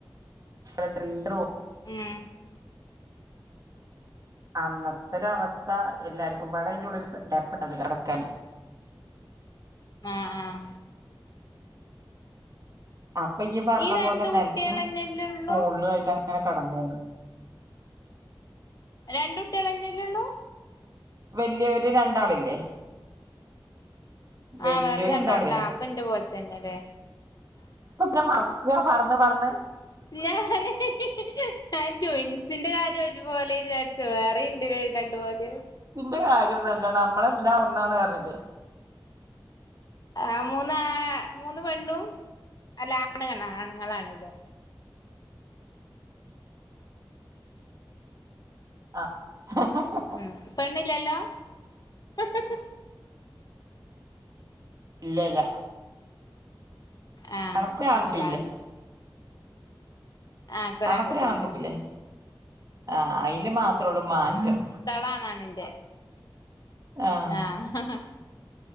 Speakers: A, on the right; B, on the left.
A: എെററോ <unintelligible>
B: ഹേ
A: അന്നത്തെ ഒരു അവസ്ഥ എല്ലാർക്കുംപാടെ അയ്ന്റെ ഉള്ളിൽ കേപ്പ്ണ്ടായ്രന്നില്ലഅടക്കൻ
B: ആഹ ആഹ
A: അപ്പൊ ഇയ്യ് പറഞ്ഞ
B: ഈ രണ്ട്
A: പോലെ നെലത്തും
B: കുട്ടികളന്നെല്ലേ ഉള്ളൂ
A: മോളിലും ആയിട്ട് അങ്ങനെ കടനീനെ
B: രണ്ട്കുട്ടികളന്നെല്ലേ ഉള്ളൂ.
A: വലിയവര് രണ്ടാളില്ലേ വല്ല്യോര്
B: ആഹ് വേറെ രണ്ടാള്
A: രണ്ടാളില്ലേ
B: ഉണ്ടാ അപ്പ എന്റെ പോലത്തന്നെല്ലേ.
A: അ കുട്ടിനെമറക്ക പറഞ്ഞ്പറഞ്ഞു -
B: ഞാനേ <unintelligible> ആ ട്വിൻസിന്റെ കാര്യം ഒരുപോലെ വിചാരിച്ച വേറെ ഇണ്ട് രണ്ട്പോലെ
A: ന്റെ കാര്യംന്നല്ല നമ്മളെല്ലാം ഒന്നാണ് പറഞ്ഞില്ലേ?
B: ആ മൂന്ന് മൂന്ന് പെണ്ണും അല്ല ആണുങ്ങ ആണുങ്ങളണല്ലേ
A: ആ <unintelligible>
B: ഉ പെണ്ണില്ലല്ലോ? ഹി ഹേ ഹേ
A: ഇല്ലല്ല
B: ആ
A: അനക്കൊരു ആൺകുട്ടിയില്ലേ
B: ആലെണ് എനിക്കൊരാൺകുട്ടിയുണ്ട്
A: അണക്ക് ഒരു ആൺകുട്ടിലേ ആഹ അതിൽ മാത്രേ ഉള്ളൂ മാറ്റം
B: ആണാണ എന്റെ
A: ആഹ്
B: ആഹ ഹ ആഹ്